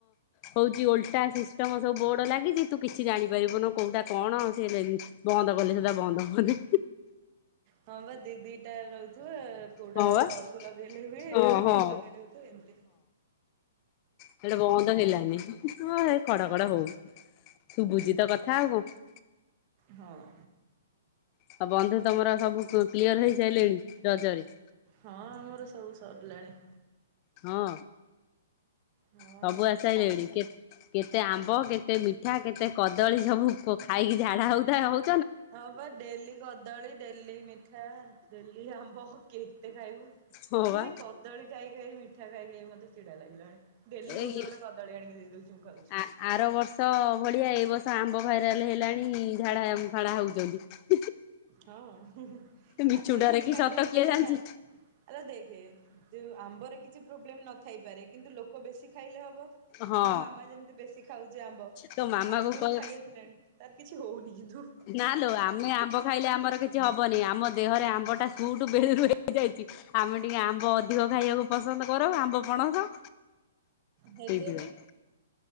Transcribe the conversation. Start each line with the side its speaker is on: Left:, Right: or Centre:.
Left: ହଉଛି ଓଲଟା ସିଷ୍ଟମ ସବୁ ବୋର୍ଡ ଲାଗିଛି ତୁ କିଛି ଜାଣିପାରିବୁନ କୋଉଟା କଣ ସେ ବନ୍ଦ କଲେ ସେଟା ବନ୍ଦ ହବନି
Right: ହଁ ବା ଦି ଦି ଟା ରହୁଥିବ କୋଉଟା
Left: ହଁ ବା
Right: ତଳକୁ ଲଗେଇଲେ ହୁଏ
Left: ହଁ
Right: ଏଇଟା ଉପରକୁ
Left: ହଁ
Right: ଲଗେଇଲେ ହୁଏ ଏମିତି
Left: ସେଇଟା ବନ୍ଦ ହେଲାନି ହ ଖଡ କଡ ହଉ ଶୁଭୁଚି ତ କଥା ଆଉ କ
Right: ହଁ
Left: ଆଉ ବନ୍ଧୁ ତମର ସବୁ କ୍ଲିଅର ହେଇସାରିଲେଣି ରଜରେ?
Right: ହଁ ମୋର ସବୁ ସରିଲାଣି।
Left: ହଁ
Right: ହଁ
Left: ସବୁ ଆସିସାରିଲେଣି
Right: ଖ <unintelligible>
Left: କେ କେତେ ଆମ୍ବ କେତେ ମିଠା କେତେ କଦଳୀ ସବୁ ଖାଇକି ଝାଡା ହଉଥା ହଉ
Right: ହଁ ବା ଡେଲି କଦଳୀ ଡେଲି ମିଠା ଡେଲି ଆମ୍ବ କେତେ ଖାଇବୁ?
Left: ହଁ
Right: ମୁଁ
Left: ବା।
Right: ସେଇ କଦଳୀ ଖାଇ ଖାଇ ମିଠା ଖାଇ ଖାଇ ମୋତେ ଚିଡ଼ ଲାଗିଲାଣି ଡେଲି
Left: ଏଇ
Right: ଗୋଟେ ଗୋଟେ କଦଳୀ ଆଣି ଦେଇଦୋ ଉଛି ମୁଁ ଖାଉଛି।
Left: ଆ ଆର ବର୍ଷ ଭଳିଆ ଏ ବର୍ଷ ଆମ୍ବ ଭାଇରାଲ ହେଲାଣି ଝାଡ଼ା ଫାଡା ହୋଉଛନ୍ତି।
Right: ହଁ
Left: ମିଛୁଟାରେ
Right: ବେଶୀ
Left: କି
Right: ଖାଇଲେ
Left: ସତ
Right: ହେବେନି
Left: କିଏ ଜାଣିଛି
Right: ନା। ଆରେ ଦେଖେ ଆମ୍ବରେ କିଛି ପ୍ରୋବ୍ଲେମ ନଥାଇପାରେ କିନ୍ତୁ ଲୋକ ବେଶୀ ଖାଇଲେ ହବ।
Left: ହଁ
Right: ମୋ ମାମା ଯେମିତି ବେଶୀ ଖାଉଛି ଆମ୍ବ
Left: ତୋ ମାମା
Right: ଆଗରୁ
Left: କୁ କହ
Right: ଖାଇ ଆସିଲେଣି ତାର କିଛି ହୋଉନି କିନ୍ତୁ।
Left: ନା ଲୋ ଆମେ ଆମ୍ବ ଖାଇଲେ ଆମର କିଛି ହବନି ଆମ ଦେହରେ ଆମ୍ବଟା ସୁଟୁ ବେଳୁରୁୁ ହେଇଯାଇଛି। ଆମେ ଟିକେ ଆମ୍ବ ଅଧିକ ଖାଇବାକୁ ପସନ୍ଦ କରୁ ଆମ୍ବ ପଣସ।
Right: ହେଲେ
Left: ସେଇଥିପାଇଁ।
Right: ବି